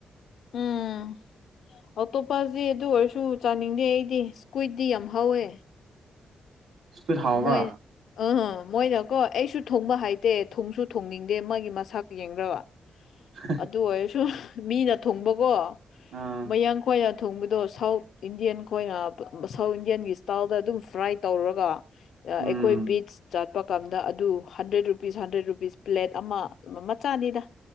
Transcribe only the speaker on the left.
ꯎꯝ ꯑꯇꯣꯞꯄꯁꯦ ꯑꯗꯨ ꯑꯣꯏꯔꯁꯨ ꯆꯥꯅꯤꯡꯗꯦ ꯑꯩꯗꯤ ꯁ꯭ꯀꯨꯏꯠꯇꯗꯤ ꯌꯥꯝ ꯍꯧꯋꯦ꯫
ꯃꯣꯏ ꯑꯝ ꯃꯣꯏꯅꯀꯣ ꯑꯩꯁꯨ ꯊꯣꯡꯕ ꯍꯥꯏꯇꯦ ꯊꯣꯡꯁꯨ ꯊꯣꯡꯅꯤꯡꯗꯦ ꯃꯥꯒꯤ ꯃꯁꯥꯛ ꯌꯦꯡꯗ꯭ꯔꯕ
ꯑꯗꯨ ꯑꯣꯏꯔꯁꯨ ꯃꯤꯅ ꯊꯨꯡꯕꯀꯣ
ꯃꯌꯥꯡ ꯈꯣꯏꯅ ꯊꯣꯡꯕꯗꯣ ꯁꯥꯎꯠ ꯏꯟꯗꯤꯌꯟ ꯈꯣꯏꯅ ꯁꯥꯎꯠ ꯏꯟꯗꯤꯌꯟꯒꯤ ꯏꯁꯇꯥꯏꯜꯗ ꯑꯗꯨꯝ ꯐ꯭ꯔꯥꯏ ꯇꯧꯔꯒ ꯑꯩꯈꯣꯏ
ꯕꯤꯠꯆ ꯆꯥꯠꯄ ꯀꯥꯟꯗ ꯑꯗꯨ hundred rupees hundred rupees plate ꯑꯃ ꯃꯆꯥꯅꯤꯗ